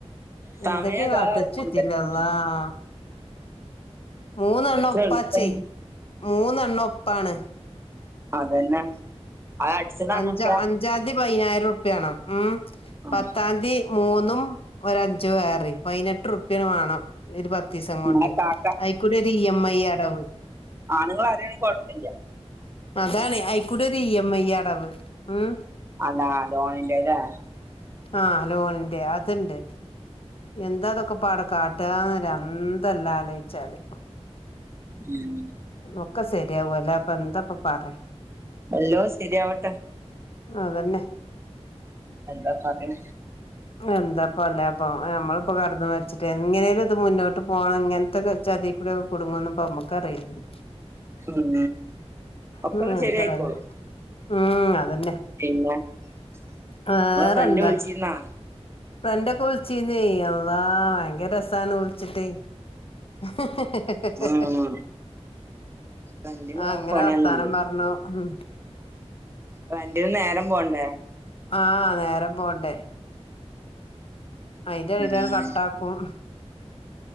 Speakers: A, on the right; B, on the left.
A: സമയതാ
B: എന്തെക്കെ കാട്ട ഇച്ച്ച്ചല്ല
A: ഉം
B: അള്ളാഹ് മൂന്നെണ്ണം
A: എത്ര
B: ഒപ്പാച്ചേ
A: എളുപ്പം
B: മൂന്നെണ്ണം ഒപ്പാണ്
A: അതന്നെ അത് അടിച്ചതാണൊക്കെ
B: അഞ്ച് അഞ്ചാംതീ പതിനായിരം ഉറ്പ്യാണം ഉം
A: ആഹ്
B: പത്താംതീ മൂന്നും ഒരഞ്ച് വേറിം പയിനെട്ട്റുപ്യാണ്ട് വാണം ഈ ഒര് പത്തീസം കൊണ്ട്
A: ഇങ്ങളെ കാക്ക
B: അയിക്കൊര് ഇ എം ഐ അടവ്
A: ആണ്ങ്ങളാരേണെ കൊഴപ്പല്ല
B: അതാണ് അയിക്കൂടൊര് ഇഎംഐ അടവ് ഉം
A: അതാ ലോണിന്റെ ലേ
B: ആഹ് ലോണിന്റെ അത്ണ്ട് എന്താ ഇതൊക്കെ പാടെ കാട്ടാന്നോര് അന്തല്ല ആലോയിച്ചാല്
A: ഉം
B: ഒക്കെ സെര്യാവും അല്ലാ ഇപ്പൊ എന്താപ്പം പറ്യാ
A: എല്ലോ ശരിയാവട്ടെ
B: അതന്നെ
A: എന്താ പറ്യാ
B: എന്താപ്പ അല്ലാപ്പം നമ്മള്പ്പം കാട്ട്ന്നമാരി ച്ചിട്ട് എങ്ങനേലും ഇത് മുന്നോട്ട് പോവണം ഇങ്ങനത്തൊക്കെ ചതിക്കൂടെ കുട്ങ്ങുന്ന്പ്പോ നമ്മക്കറീലല്ലോ
A: ഉം ഒക്കൊന്ന്
B: ഉം എന്തായാലും
A: ശരിയായിക്കോളും
B: ഉം അതന്നെ
A: പിന്നെ ഇങ്ങളെ
B: വേറെന്താ
A: ഫ്രണ്ട് വിളിച്ചിര്ന്നോ?
B: ഫ്രണ്ടൊക്കെ വിളിച്ചീന്നെ അള്ളാ ഭയങ്കര രസാണ് വിളിച്ചിട്ടെ ഹഹഹഹഹഹഹ
A: ഉം ഫ്രണ്ടിന്
B: ആഹ്
A: വേറെ
B: അങ്ങനെ
A: പണിയൊന്നുല്ല
B: വർത്താനം പറഞ്ഞു ഉം
A: ഫ്രണ്ടിന് നേരം പോണ്ടേ
B: ആഹ് നേരം പോണ്ടേ അയിന്റെ എടേലാണ്ട്
A: ഉം
B: കട്ടാക്കും